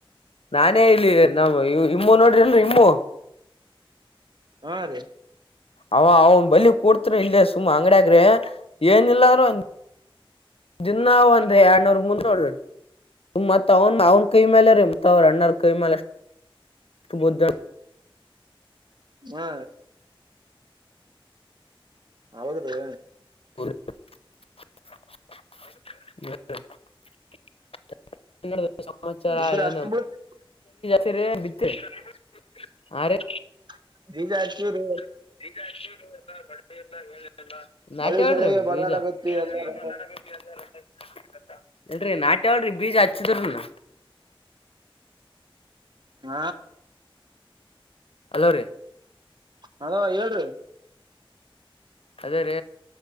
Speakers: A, on the left; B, on the right.
A: ನಾನೇ ಇಲ್ಲಿ ನಮ್ಮ್ ಇಮ್ಮೂ ನೋಡ್ರಿ ಅಲ್ರರಿ ಇಮ್ಮು.
B: ಹಾ ರಿ.
A: ಅವ ಅವನ್ ಬಲಿ ಕೂಡ್ತ ಇಲ್ಲ ಸುಮ್ಮ ಅಂಗಡಿಯಗ್ರಿ ಏನಿಲ್ಲಂದ್ರರು ಒ. ದಿನಾ ಒಂದ್ ಎರಡ್ನೂರ್ ಮುಂದೋಳ ಮತ್ ಅವನ್ ಅವನ್. ಕೈ ಮೇಲೆ ರಮಂತವರು ಅಣ್ಣರ್ ಕೈಮೇಲೆ ಬುದ್ಧ.
B: ಹ್ಮ ಹೌದ್ರೀ.
A: <unintelligible> ಸಮಚಾರ
B: ಇದ್ರ
A: ಆಏ
B: ಅಷ್ಟ್ ಬೀಳ್ತ
A: ಜಾತಿ. <inaudible> ಆ ರಿ.
B: <unintelligible> ಹಚಿ ರಿ.
A: <inaudible> ನಾ
B: ಮಳಿ
A: ಕೇಳ್ರಿ
B: ಸಲಿಗೆ ಬಡದಾಡಕತ್ತಿ
A: ಬೀಜ. <unintelligible>
B: ಎಲ್ಲಾರ <unintelligible>
A: ಇಡ್ರಿ ನಾಟ ಹೇಳಳ್ರಿ ಬೀಜ ಹಚ್ಚಿದ್ರ ನ.
B: ಹ.
A: ಹಲೋ ರೀ.
B: ಹಲೋ ಹೇಳ್ರಿ.
A: ಅದೇ ರ